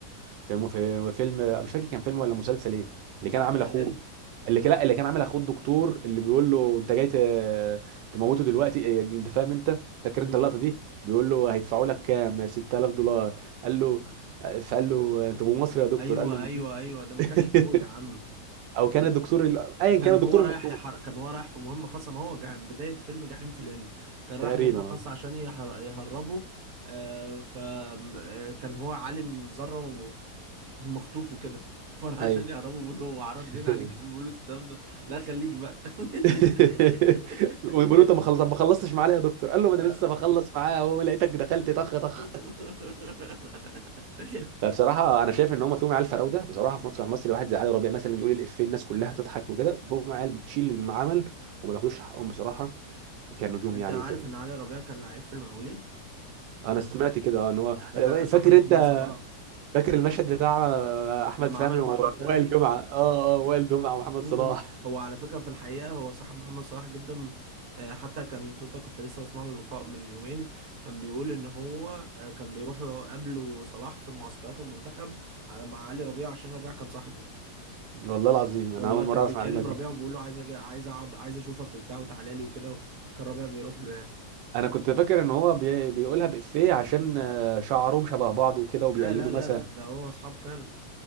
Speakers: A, on the right; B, on the right.
A: في في فيلم مش فاكر كان فيلم ولا مسلسل ايه اللي
B: الجحيم
A: كان عامل
B: في
A: اخوه
B: الهند
A: اللي كان لا اللي كان عامل اخوه الدكتور اللي بيقول له انت جاي ت- تموته دلوقتي إيه، إيه، انت فاهم انت فاكر
B: م-
A: انت اللقطه
B: م.
A: دي بيقول له هيدفعوا لك كام 6000 دولار قال له فقال له انت ابو مصري يا دكتور
B: ايوه
A: قال له مديك
B: ايوه ايوه ده ما
A: <laughs>
B: كانش اخوه يا عم
A: او كان
B: ده
A: الدكتور
B: ك-
A: ال- ايا كان
B: كان
A: الدكتور
B: هو رايح
A: المطلوب
B: يحر... كان هو رايح في مهمة خاصة ما هو جع... بداية فيلم جحيم في الهند كان رايح
A: تقريبا
B: مهمة
A: آه.
B: خاصة عشان يحر... يهربه آه فكان هو عالم ذرة و- ومخطوف وكده <laughs> فراح عشان
A: ايوه
B: يهربه بيقول له عرضنا
A: <laughs>
B: عليك كام فلوس ده ده لا خليك بقى
A: <laughs>
B: <laughs>
A: وبيقول له انت ما خلصت ما خلصتش معاه ليه يا دكتور قال له
B: آه.
A: ما انا لسه بخلص معاه اهو لقيتك دخلت طخ طخ
B: <laughs>
A: فبصراحه انا شايف ان هم فيهم عيال فراوده بصراحه في مسرح مصر واحد زي علي ربيع مثلا يقول الافيه الناس كلها تضحك وكده وفيهم عيال بتشيل العمل وما بياخدوش حقهم بصراحه كنجوم
B: انت
A: يعني
B: عارف
A: وكده
B: ان علي ربيع كان لعيب في المقاولين
A: انا سمعت كده اه ان هو
B: ده كان صاحب
A: فاكر
B: محمد
A: انت
B: صلاح
A: فاكر المشهد بتاع احمد
B: لما
A: فهمي
B: عمله
A: ووائل
B: مع احمد فهمي
A: جمعه اه اه وائل جمعه ومحمد
B: مم.
A: صلاح
B: هو على فكره في الحقيقه هو صاحب محمد صلاح جدا آه، حتى كان توتا كنت لسه بسمع له لقاء من يومين كان بيقول ان هو آه، كان بيروح يقابله صلاح في معسكرات المنتخب آه، مع علي ربيع عشان ربيع كان صاحبه
A: <laughs> والله العظيم
B: والله
A: انا اول
B: كان
A: مره اعرف
B: بيكلم
A: المعلومه
B: ربيع وبيقول له عايز أجي عايز اقعد عايز اشوفك وبتاع وتعالى لي وكده كان ربيع بيروح له يعني
A: انا كنت فاكر ان هو بي... بيقولها بإفيه عشان آه، شعرهم شبه بعض وكده
B: لا
A: وبيقلدوا
B: لا لا
A: مثلا
B: لا ده هو اصحاب فعلا